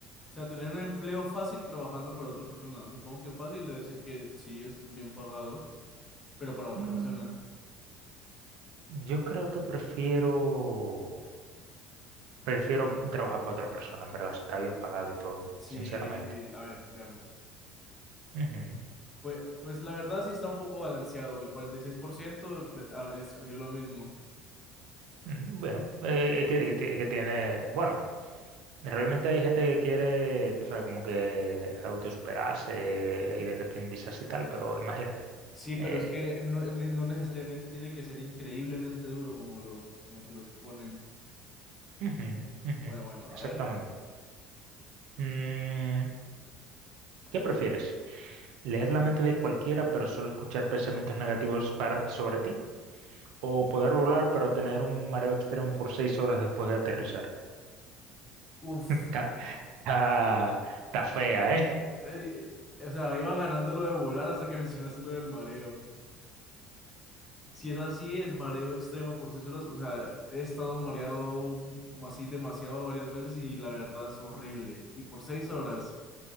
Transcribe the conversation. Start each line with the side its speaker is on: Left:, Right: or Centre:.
Left: O sea, tener un empleo fácil trabajando para otra persona. Supongo que fácil debe ser que sí es bien pagado, pero para otra
Right: Mm,
Left: persona.
Right: Yo creo que prefiero, prefiero trabajar para otra persona, en verdad, si está bien pagado y todo,
Left: Sí,
Right: sinceramente.
Left: a ver, veamos.
Right: Ujú.
Left: Pues, pues la verdad sí está un poco balanceado. El 46% ve- ah, escogió lo mismo.
Right: Mm, Bueno, eh, es que, es que ti- es que tiene, bueno. Realmente hay gente que quiere, tú sabes, como que autosuperarse y de independizarse y tal, pero imagínate.
Left: Sí, pero
Right: Eh,
Left: es que no, ne- no necesariamente tiene que ser increíblemente duro como lo, como te lo exponen.
Right: ujú, ujú,
Left: Bueno, bueno, a
Right: exactamente.
Left: ver.
Right: Mm, ¿qué prefieres? ¿Leer la mente de cualquiera, pero solo escuchar pensamientos negativos para, sobre ti? ¿O poder volar, pero tener un mareo extremo por seis horas después de aterrizar?
Left: Uf.
Right: Está, <laughs> está- está fea, ¿eh?
Left: Eh, eh, o sea, iba ganando lo de volar hasta que <laughs> mencionaste lo del mareo. Si es así, el mareo extremo por seis horas o sea, he estado mareado m- así demasiado varias veces y la verdad es horrible. Y por seis horas,